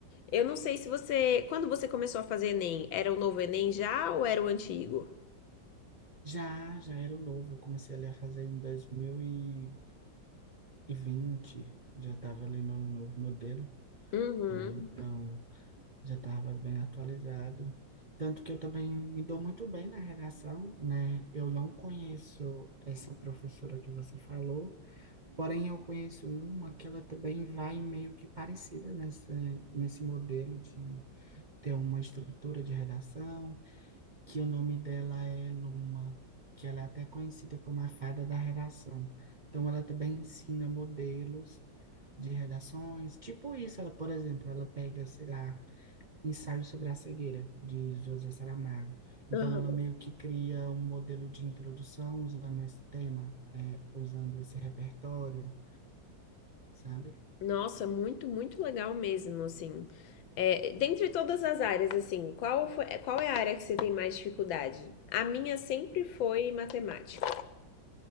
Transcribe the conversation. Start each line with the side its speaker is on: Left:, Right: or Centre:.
Left: Eu não sei se você. Quando você começou a fazer Enem, era o novo Enem já ou era o antigo?
Right: Já, já era o novo, eu comecei ali a fazer em dois mil e e vinte já estava ali no novo modelo,
Left: Uhum.
Right: né? Então já estava bem atualizado. Tanto que eu também me dou muito bem na redação, né? Eu não conheço essa professora que você falou, porém eu conheço uma que ela também vai meio que parecida nessa, nesse modelo de ter uma estrutura de redação, que o nome dela é Luma, que ela é até conhecida como a fada da redação. Então, ela também ensina modelos de redações, tipo isso, ela, por exemplo, ela pega, sei lá, ensaio sobre a cegueira, de José Saramago. Então,
Left: Aham.
Right: ela meio que cria um modelo de introdução usando esse tema, é, usando esse repertório, sabe?
Left: Nossa, muito, muito legal mesmo, assim. É, dentre todas as áreas, assim, qual foi, qual é a área que você tem mais dificuldade? A minha sempre foi matemática.